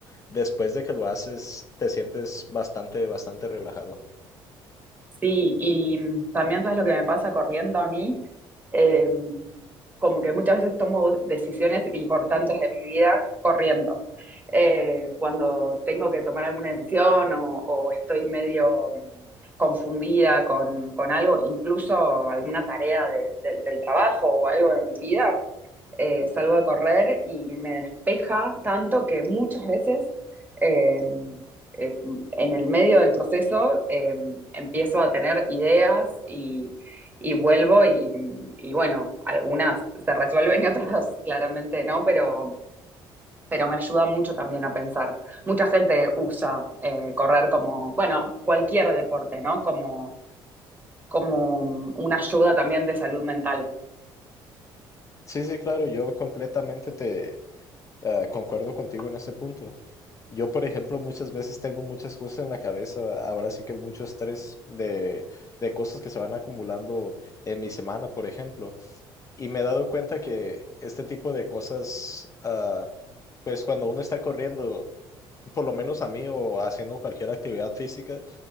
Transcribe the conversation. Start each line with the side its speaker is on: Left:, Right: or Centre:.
Left: después de que lo haces te sientes bastante, bastante relajado.
Right: Sí, y mm, también sabes lo que me pasa corriendo a mí, Eh, como que muchas veces tomo decisiones importantes de mi vida corriendo. Eh, cuando tengo que tomar alguna decisión o, o estoy medio mm, confundida con, con algo, incluso alguna tarea de- del del trabajo o algo de mi vida, eh, salgo a correr y me despeja tanto que muchas veces... eh, eh, en el medio del proceso eh, empiezo a tener ideas y, y vuelvo y, y, bueno, algunas se resuelven y otras <laughs> claramente no, pero, pero me ayuda mucho también a pensar. Mucha gente usa eh, correr como, bueno, cualquier deporte, ¿no? Como, como una ayuda también de salud mental.
Left: Sí, sí, claro, yo completamente te Eh, concuerdo contigo en ese punto. Yo, por ejemplo, muchas veces tengo muchas cosas en la cabeza, ahora sí que mucho estrés de, de cosas que se van acumulando en mi semana, por ejemplo. Y me he dado cuenta que este tipo de cosas, ah, pues cuando uno está corriendo, por lo menos a mí o haciendo cualquier actividad física,